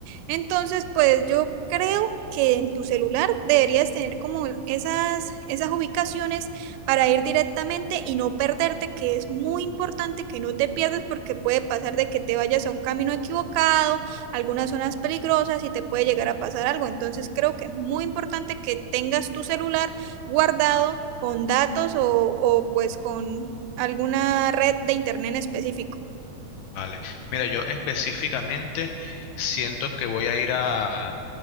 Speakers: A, on the right; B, on the left.
A: Entonces, pues yo creo que en tu celular deberías tener como esas, esas ubicaciones para ir directamente y no perderte, que es muy importante que no te pierdas porque puede pasar de que te vayas a un camino equivocado, algunas zonas peligrosas y te puede llegar a pasar algo. Entonces creo que es muy importante que tengas tu celular guardado con datos o, o pues con alguna red de internet en específico.
B: Vale. Mira, yo específicamente siento que voy a ir a